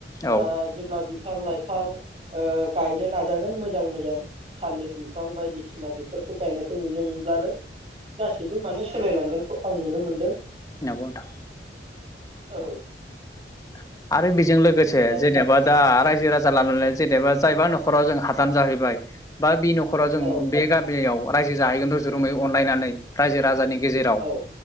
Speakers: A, on the left; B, on the right.
A: औ
B: आ जेब्ला बे बिफां लाइफां ओ गायनो नाजागोन मोजां मोजां, थालिर बिफां बायदिसिना बेफोरखौ गायनायखौ नुनो मोनब्लानो गासैबो माने, सोलायलांगोनखौ आं नुनो मोनदों।
A: नोंगौ नोंथां।
B: औ
A: <inaudible> आरो बेजों लोगोसे जेनेबा
B: बि
A: दा रायजो राजा लानानै जेनेबा जायबा न'खराव जों हा <unintelligible> जाहैबाय बा बि न'खराव जों
B: औ
A: बे गामियाव रायजो जाहैगोन र' जुरुमै अनलायनानै रायजो राजानि गेजेराव
B: औ